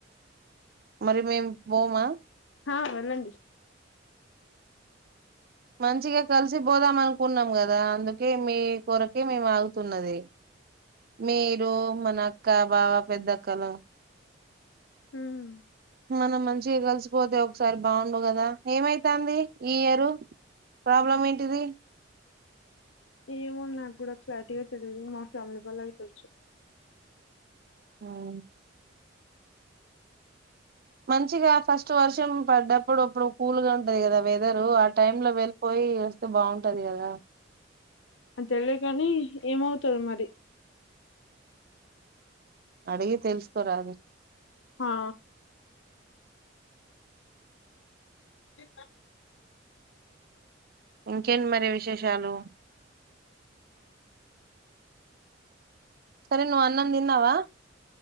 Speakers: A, on the right; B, on the left.
A: మరి మేం పోమా
B: హా వెళ్ళండి
A: మంచిగా కలిసి పోదాం అనుకున్నాం కదా అందుకే మీ కొరకే మేము ఆగుతున్నది మీరు మన అక్క బావ పెద్దక్కలు
B: హమ్
A: మనం మంచిగా కలిసి పోతే ఒకసారి బాగుండవు కదా ఏమైతంది ఈ ఇయరు ప్రాబ్లం ఏంటిది
B: ఏమో నాకు కూడా క్లారిటీగా తెలిదు మా ఫ్యామిలీ వాళ్ళకి తెలుసు
A: ఆమ్ మంచిగా ఫస్ట్ వర్షం పడ్డప్పుడు అప్పుడు కూల్ గా ఉంటది కదా వెదరు ఆ టైం లో వెళ్ళిపోయి వస్తే బాగుంటది కదా
B: అని తెలి కాని ఏమవుతదో మరి
A: అడిగి తెలుసుకోరాదు
B: హా ఇ
A: ఇంకేంటి మరి విశేషాలు సరే నువ్ అన్నం దిన్నావా